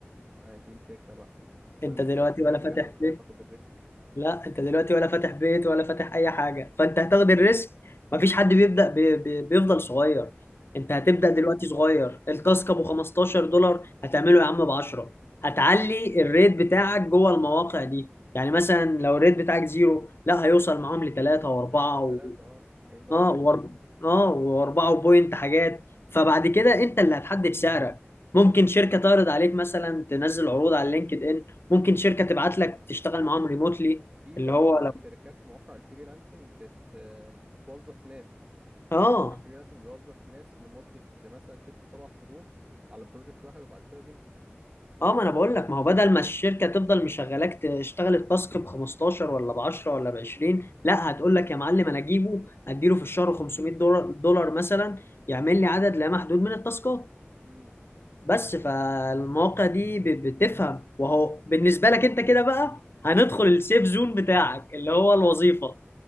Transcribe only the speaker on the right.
ما دي الفكرة بقى كل
الناس
بتاخد الريسك
انا بخاف
اخد الريسك
امم
يوصل تلاتة اه هيفضل
يعلى
في فعلا
بتبقى
شركات في مواقع الفريلانسنج بت بتوظف ناس
يعني موقع فريلانسنج بيوظف ناس لمدة مثلا ست سبع شهور على بروجكت واحد وبعد كده بيمشوا
امم